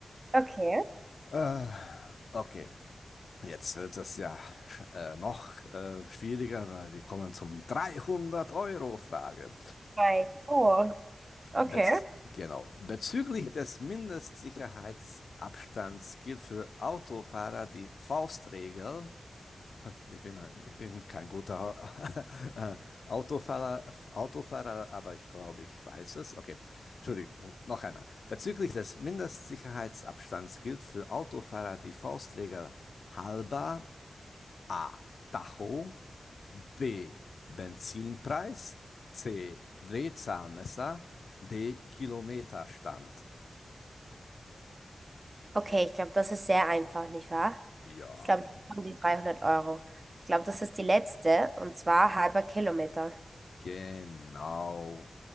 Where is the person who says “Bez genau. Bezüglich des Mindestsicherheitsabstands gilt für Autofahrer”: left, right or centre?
Left